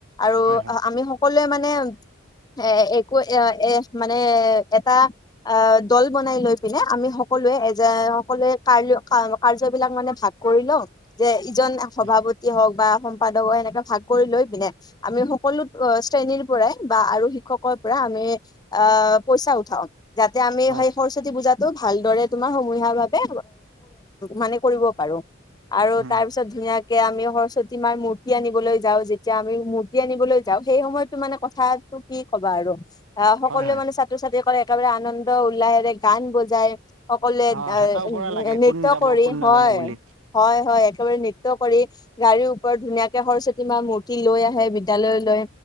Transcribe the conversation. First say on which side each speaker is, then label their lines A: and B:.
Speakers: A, on the left (about 20°); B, on the right (about 85°).
A: আৰু
B: হয় হয়
A: আমি সকলোৱে মানে এ একো এ এ মানে এটা অ, দল বনাই লৈ পিনে আমি সকলোৱে যে সকলোৱে কাৰ কাৰ্য বিলাক মানে ভাগ কৰি লওঁ যে জন সভাপতি
B: হয়
A: হওক বা সম্পাদক এনেকে ভাগ কৰি লৈ পিনে আমি সকলো শ্ৰেণীৰ পৰাই বা আৰু শিক্ষকৰ পৰা আমি অ, পইচা উঠাও যাতে আমি
B: হয়
A: সেই সৰস্বতী পূজাতটো ভালদৰে তুমাৰ সমূহীয়া ভাৱে মানে কৰিব পাৰো আৰু
B: উম
A: তাৰ পিছত ধুনীয়া কে আমি সৰস্বতী মাৰ মূৰ্তি আনিবলৈ যাওঁ, যেতিয়া আমি মূৰ্তি আনিবলৈ যাওঁ, সেই সময়তো মানে কথা কি কবা আৰু, আ, সকলোৱে
B: হয় হয়
A: মানে ছাত্ৰ ছাত্ৰী কৰে একেবাৰে আনন্দ উল্লাহেৰে গান বজাই। সকলোৱে এ
B: অঁ হেতা ওপৰা লাগে
A: নৃত্য
B: কোন যাব
A: কৰি
B: কোন নাযাব
A: হয়
B: বুলি
A: হয় হয়। একেবাৰে নৃত্য কৰি গাড়ীৰ ওপৰত ধুনীয়াকে সৰস্বতী মা মূৰ্তি লৈ আহে বিদ্যালয়লৈ।